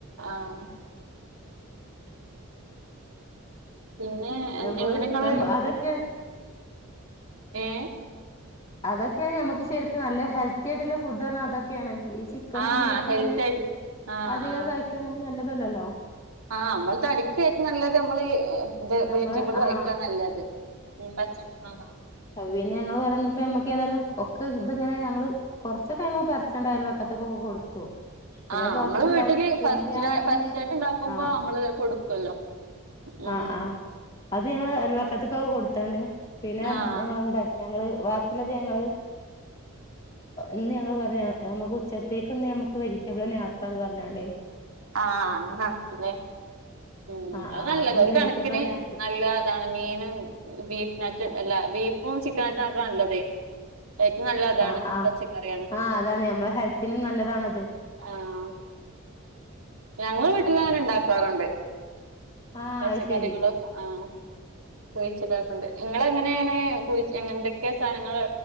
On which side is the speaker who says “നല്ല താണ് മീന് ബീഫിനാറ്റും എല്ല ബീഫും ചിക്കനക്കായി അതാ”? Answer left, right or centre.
Right